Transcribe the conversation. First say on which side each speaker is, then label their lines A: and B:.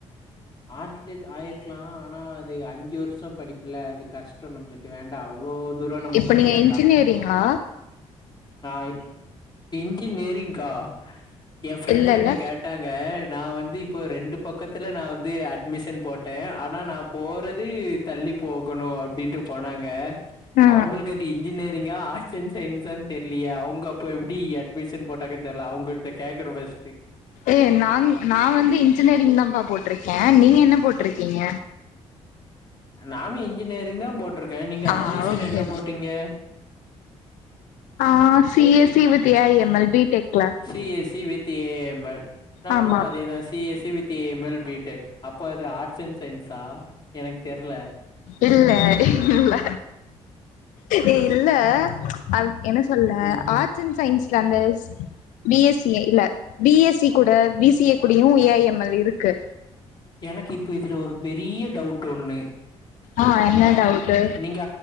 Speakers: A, on the left (about 35°); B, on the left (about 80°).
A: ஆர்கிடெக்ட் ஆயிருக்கலா ஆனா அது அஞ்சு வர்ஷோ படிப்புல அது கஷ்டோ நம்முளுக் வேண்டா அவ்ளோ தூரோ நம்ம
B: இப்ப
A: படிக்க
B: நீங்க
A: வேண்
B: இன்ஜினியரிங்கா
A: ஆ இன்ஜி னேரிங்க்கா எ ஃப்ரெண்டு
B: இல்லல்ல
A: என்கிட்ட கேட்டாங் க நா வந்து இப்போ ரெண்டு பக்கத்துல நா வந்து அட்மிஷன் போட்டே ஆனா நாப் போறது தள்ளி போகணோ அப் அப்டீன்ட்டு போனாங்க
B: ஆ
A: அவுங்குளுக்கு அது இன்ஜினியரிங்கா ஆட் சயின்ஸானு தெர்லையே அவுங்க அப்போ எப்டி அட்மிஷன் போட்டாங்கனு தெர்ல அவுங்கள்ட்ட கேக்கணோ ஃபர்ஸ்ட்டு
B: ஏ நான் நா வந்து இன்ஜினேரிங் தாப்பா போட்ருக்கே நீங்க என்ன போட்ருக்கீங்க
A: நானு இன்ஜினேரிங் தா போட்ருக்கே நீங்க
B: ஆ
A: அட்மிஷன்
B: ஓகே
A: என்ன போட்டீங்க
B: ஆ C S E with A I M L B tech class
A: C S E with A I M L நானோ
B: ஆமா
A: அதேதா C S C with C A M L B tech அப்போ அது arts and சயின்ஸா எனக்கு தெர்ல
B: இல்ல இல்ல ஏ இல்ல அப் என்ன சொல்ல
A: ம்.
B: ஆர்ட்ஸ் அண்ட் சயின்ஸ்ல அந்த பி எஸ் சி இல்ல பி எஸ் சி கூட பி சி ஏ கூடயு ஈ ஐ எம் எல் இருக்கு
A: எனக்கு இப்போ இதுல ஒரு பெரிய டவுட்டு ஒன்னு
B: ஆ என்ன டவுட்டு
A: நீங்க